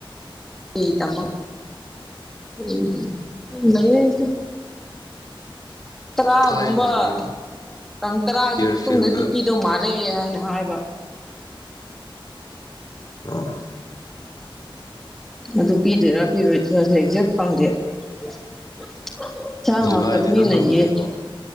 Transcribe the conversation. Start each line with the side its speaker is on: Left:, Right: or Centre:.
Centre: ꯑꯩ ꯇꯃ ꯌꯨꯝ ꯂꯩꯌꯩ ꯑꯩꯁꯨ ꯇꯔꯥꯒꯨꯝꯕ
Left: ꯊꯥꯏꯅꯒꯤ
Centre: ꯇꯥꯡ ꯇꯔꯥꯒꯤ
Left: ꯏꯌꯥꯔꯐꯤꯜꯗ
Centre: ꯃꯇꯨꯡꯗꯗꯤ ꯄꯤꯗꯧ ꯃꯥꯜꯂꯦ ꯍꯥꯏꯅ ꯍꯥꯏꯕ
Left: ꯑꯥ
Centre: ꯑꯗꯨ ꯄꯤꯗꯣꯏꯔꯥ ꯄꯤꯔꯣꯏꯗꯔ ꯑꯦꯛꯖꯦꯛ ꯈꯪꯗꯦ ꯑꯦꯟꯁꯥꯡ
Left: ꯖꯨꯂꯥꯏꯒꯤ
Centre: ꯍꯥꯎꯇꯕꯅꯤꯅ
Left: ꯅꯪ ꯂꯧꯗ꯭ꯔꯤꯀꯣ
Centre: ꯌꯦꯟ